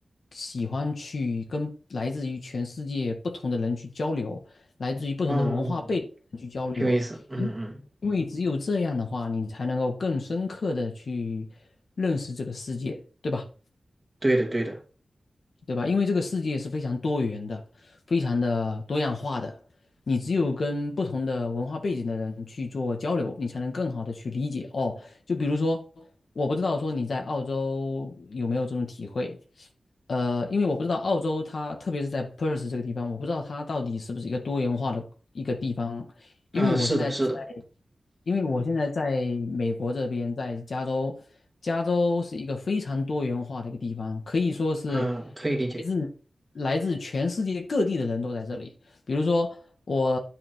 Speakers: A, on the left; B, on the right.
A: 喜欢去跟来自于全世界不同的人去交流，来自于不同的文化背景的人去交流，
B: 哦。挺有意思。嗯嗯，
A: 因因为只有这样的话，你才能够更深刻的去认识这个世界，对吧？
B: 对的对的，
A: 对吧？因为这个世界是非常多元的，非常的多样化的。你只有跟不同的文化背景的人去做交流，你才能更好的去理解哦。就比如说，我不知道说你在澳洲有没有这种体会，呃，因为我不知道澳洲它，特别是在 Perth 这个地方，我不知道它到底是不是一个多元化的一个地方，
B: 啊、
A: 因为我现在在，
B: 是的是的，
A: 因为我现在在美国这边，在加州，加州是一个非常多元化的一个地方，可以说是来自来自全世界各地的人都在这里。
B: 嗯、我可以理解。
A: 比如说我，